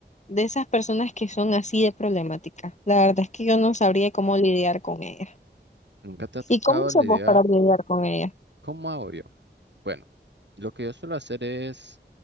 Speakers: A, on the left; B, on the right.
A: de esas personas que son así de problemáticas. La verdad es que yo no sabría cómo lidiar con ellas.
B: ¿Nunca te ha tocado
A: ¿Y cómo se
B: lidiar?
A: vos para lidiar con ellas?
B: ¿Cómo hago yo? Bueno, lo que yo suelo hacer es